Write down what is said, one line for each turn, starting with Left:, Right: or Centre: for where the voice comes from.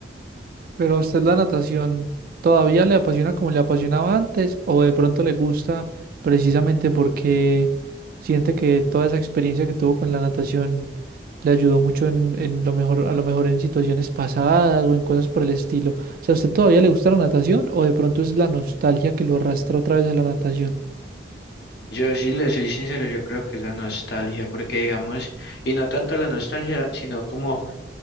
Right: Pero a usted la natación todavía le apasiona como le apasionaba antes o de pronto le gusta precisamente porque siente que toda esa experiencia que tuvo con la natación le ayudó mucho en, en lo mejor, a lo mejor en situaciones pasadas o en cosas por el estilo. O sea, ¿a usted todavía le gusta la natación o de pronto es la nostalgia que lo arrastra otra vez a la natación?
Left: Yo sí le soy sincero, yo creo que es la nostalgia, porque digamos, y no tanto la nostalgia, sino como